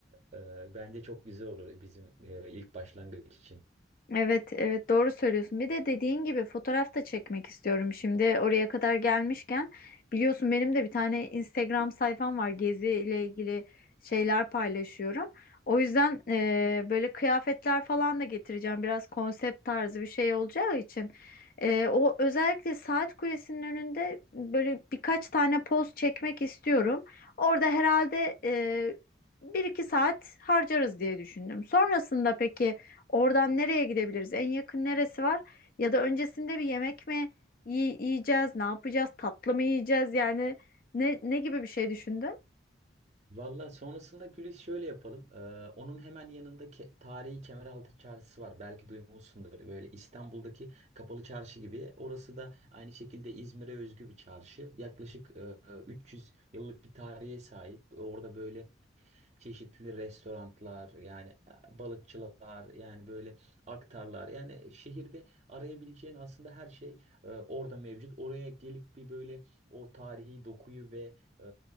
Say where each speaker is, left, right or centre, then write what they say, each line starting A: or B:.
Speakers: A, on the right; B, on the left.
A: Ee, bence çok güzel olur bizim e, ilk başlangıç için.
B: Evet, evet doğru söylüyorsun. Bir de dediğin gibi fotoğraf da çekmek istiyorum. Şimdi oraya kadar gelmişken biliyorsun benim de bir tane Instagram sayfam var. Gezi ile ilgili şeyler paylaşıyorum. O yüzden e, böyle kıyafetler falan da getireceğim. Biraz konsept tarzı bir şey olacağı için. E, o özellikle saat kulesinin önünde böyle birkaç tane poz çekmek istiyorum. Orada herhalde e, bir iki saat harcarız diye düşündüm. Sonrasında peki... Oradan nereye gidebiliriz? En yakın neresi var? Ya da öncesinde bir yemek mi yi- yiyeceğiz? Ne yapacağız? Tatlı mı yiyeceğiz? Yani ne ne gibi bir şey düşündün?
A: Valla sonrasında Gülis şöyle yapalım. Ee, onun hemen yanında ke- tarihi Kemeraltı Çarşısı var. Belki duymuşsundur. Böyle İstanbul'daki kapalı çarşı gibi. Orası da aynı şekilde İzmir'e özgü bir çarşı. Yaklaşık e, 300 yıllık bir tarihe sahip. Orada böyle çeşitli restoranlar yani e, balıkçılar yani böyle aktarlar yani e, şehirde arayabileceğin aslında her şey e, orada mevcut. Oraya gelip bir böyle o tarihi dokuyu ve e,